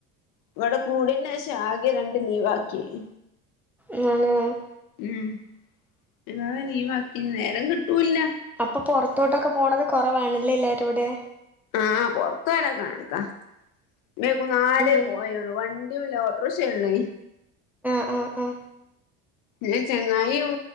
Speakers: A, on the left (about 65°); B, in the centre.
A: ഇവെടെ കൂടെയ്നേഷം ആകെ രണ്ട് ലീവാക്കെയ്
B: അനെ <unintelligible> ഈ
A: ഉം എന്നാ തെന്നെ ലീവാക്കീണ് നേരം കിട്ടൂല്ലാ
B: അപ്പ പൊറത്തോട്ടൊക്കെ പോണെത് കൊറവാണ് അല്ലെ എല്ലാരൂടെ
A: ആഹ് പൊർത്ത് പോയാൽ ഒക്കെ കണ്ക്കാ വൈകുന്നാരെ
B: ഉം
A: പോയതൊള്ളു വണ് ഇല്ല ഓട്ട്രിഷയാണ്
B: ആഹ് ആഹ്
A: പിന്നെ ചങ്ങായി ഓ